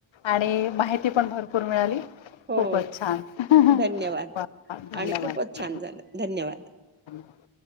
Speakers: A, on the left; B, on the right.
A: आणि माहिती पण भरपूर मिळाली
B: हो
A: खूपच छान... हं...
B: धन्यवाद
A: हं... <unintelligible> धन्यवाद
B: आणि खूपच छान झालं धन्यवाद.
A: <unintelligible>